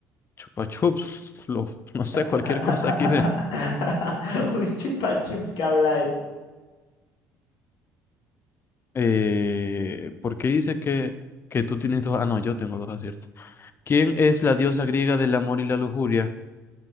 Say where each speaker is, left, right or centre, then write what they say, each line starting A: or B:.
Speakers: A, on the left; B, on the left.
A: Chupa chups, lo- no sé,
B: <laughs>
A: cualquier cosa aquí de...
B: Un chupa chups que habláis.
A: Eh, ¿por qué dice que, que tú tienes dos? Ah, no, yo tengo dos aciertos. ¿Quién es la diosa griega del amor y la lujuria?